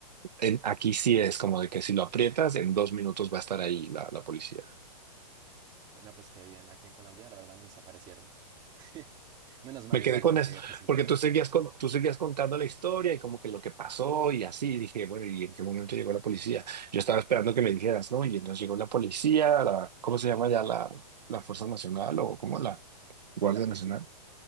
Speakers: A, on the right; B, on the right.
A: en- aquí sí es como de que si lo aprietas, en dos minutos va a estar ahí la, la policía.
B: No, pues qué bien, aquí en Colombia la verdad ni se aparecieron. <laughs> Menos mal
A: Me
B: igual
A: quedé con
B: porque
A: esto,
B: fue sin
A: porque
B: querer.
A: tú seguías, con- tú seguías contando la historia y como que lo que pasó y así. y dije, bueno, ¿y en qué momento llegó la policía? Yo estaba esperando que me dijeras, ¿no? Y entonces llegó la policía, la, ¿cómo se llama ya? La, la Fuerza Nacional o cómo la Guardia
B: Sí, la policía.
A: Nacional,